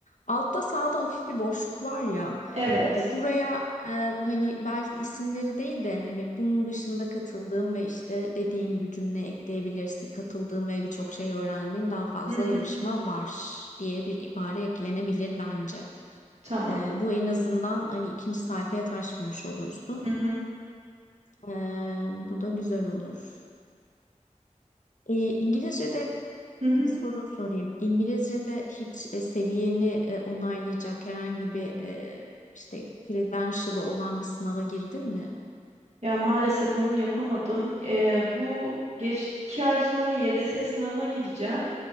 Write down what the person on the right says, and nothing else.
Evet.
Hı hı.
Tamam.
Hı hı.
Hı hı.
Ya maalesef onu yapamadım. Ee, bu geç iki ay sonra YDS sınavına gireceğim.